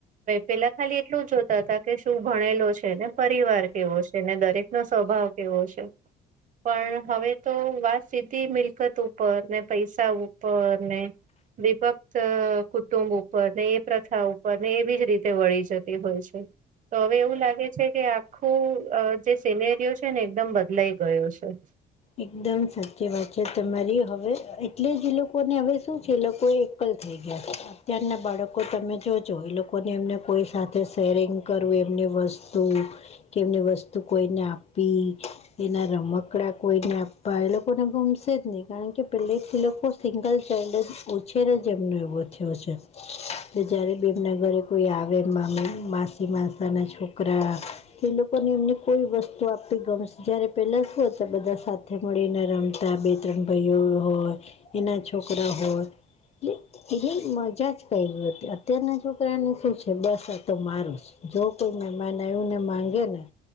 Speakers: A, on the right (about 50°); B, on the left (about 40°).
A: પેલા ખાલી એટલું જોતા હતા કે શું ભણેલો છે. ને પરિવાર કેવો છે. ને દરેક નો સ્વભાવ કેવો છે. પણ હવે તો વાત સીધી મિલકત ઉપર ને પૈસા ઉપર ને વિભક્ત કુટુંબ ઉપર ને એ પ્રથા ઉપર ને એવી જ રીતે વળી જતી હોય છે. તો હવે એવું લાગે છે. કે આખું જે સિનેરીયો છે. ને એકદમ બદલાઈ ગયો છે. હા
B: એકદમ સાચી વાત છે. તમારી હવે એટલે જ એ લોકોને હવે શું છે. એ લોકો લ થઈ ગયા અત્યારના બાળકો તમે જોજો એ લોકોને એમને કોઈ સાથે શેરિંગ કરવું એમની વસ્તુ કેમની વસ્તુ કોઈને આપી એના રમકડા કોઈને આપવા એ લોકોને ગમશે જ નહી કારણ કે પેલેથી લોકો સિંગલ ચડ ઉછેર જ એમનો એવો થયો છે. જયારે બે એમના ઘરે કોઈ આવે મામ માસી માસા ના છોકરા એ લોકોને એમને કોઈ વસ્તુ આપવી ગમશે જયારે પેલા શું બધા સાથે મળીને રમતા બે ત્રણ ભાઈઓ હોય એના છોકરા હોય એટલે એટલે મજા જ કહી ગયઈ હતી અત્યારના છોકરાને શું છે. બસ તો મારું જો કોઈ મહેમાનયું ને માંગે ને